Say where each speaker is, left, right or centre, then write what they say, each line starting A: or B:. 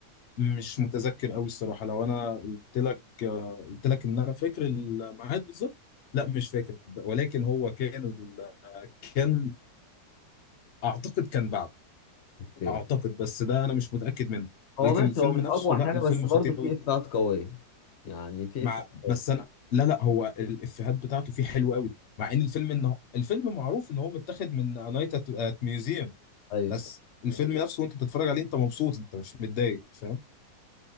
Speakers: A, on the left (about 80°); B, on the left (about 50°).
A: مش متذكر قوي الصراحه لو انا قلت لك آه، قلت لك ان انا فاكر الميعاد بالظبط لا مش فاكر ولكن هو كان ال- كان اعتقد كان بعده
B: اوكي
A: اعتقد بس ده انا مش متاكد منه
B: هو
A: ولكن
B: ماشي
A: الفيلم
B: هو مش
A: نفسه
B: اقوى
A: لا
B: حاجة
A: الفيلم
B: بس برضو
A: خطير
B: في
A: قوي
B: افيهات قوية يعني في
A: مع
B: افيهات قوية
A: بس انا لا لا هو الافيهات بتاعته فيه حلوه قوي مع ان الفيلم انه الفيلم معروف ان هو متاخد من نايت ات ميوزيوم
B: ايوه
A: بس الفيلم نفسه وانت بتتفرج عليه انت مبسوط انت مش متضايق فاهم